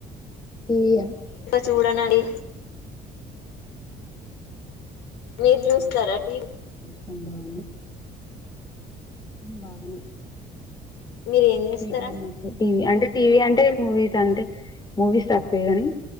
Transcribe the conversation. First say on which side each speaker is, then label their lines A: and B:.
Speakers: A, on the left; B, on the left.
A: టీవా
B: చూడనండీ మీరు
A: బాగానే
B: చూస్తారా టీవి
A: <inaudible> బాగానే
B: మీరు ఏం చేస్తారండి
A: ఫ్రీ టైమ్ దొరికితే టివి అంటే టీవీ అంటే మూవీస్ అంటే మూవీస్ తక్కువే కానీ